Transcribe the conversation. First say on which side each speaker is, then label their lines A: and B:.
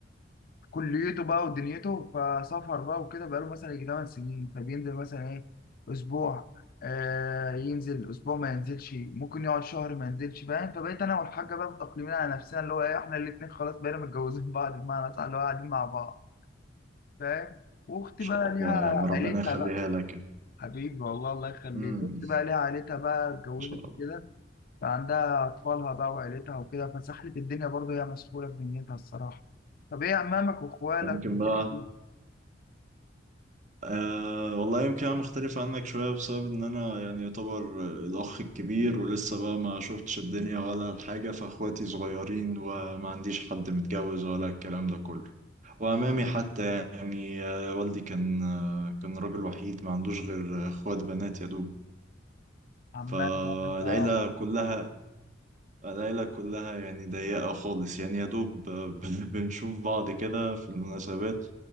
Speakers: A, on the left; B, on the right.
A: كليته بقى ودنيته فسافر بقى وكده بقاله مثلا يجي 8 سنين فبينزل مثلا ايه اسبوع آه ينزل اسبوع ما ينزلش ممكن يقعد شهر ما ينزلش فاهم فبقيت انا والحاجه بقى متأقلمين على نفسنا اللي هو ايه احنا الاثنين خلاص بقينا متجوزين <laughs> بعض بمعنى صح اللي هو قاعدين مع بعض فاهم واختي
B: شاء
A: بقى ليها
B: الله يا عم ربنا
A: عيلتها
B: يخليها
A: بقى
B: لك
A: حبيبي والله الله يخليك
B: مم،
A: اختي بقى ليها عيلتها بقى اتجوزت
B: إن شاء الله
A: وكده فعندها اطفالها بقى وعيلتها وكده فسحلت الدنيا برضه هي مسحوله في دنيتها الصراحه طب ايه عمامك واخوالك
B: ممكن
A: والدنيا
B: بقى أه والله يمكن أنا مختلف عنك شوية بسبب إن أنا يعني يعتبر الأخ الكبير ولسه بقى ما شفتش الدنيا ولا الحاجة فأخواتي صغيرين وما عنديش حد متجوز ولا الكلام ده كله وأمامي حتى يعني آه، والدي كان آه، كان راجل وحيد ما عندوش غير أخوات بنات يا دوب
A: عمال
B: فالعيلة
A: بقى انت عبط.
B: كلها العيلة كلها يعني ضيقة خالص يعني يا دوب آه، <laughs> بن- بنشوف بعض كده في المناسبات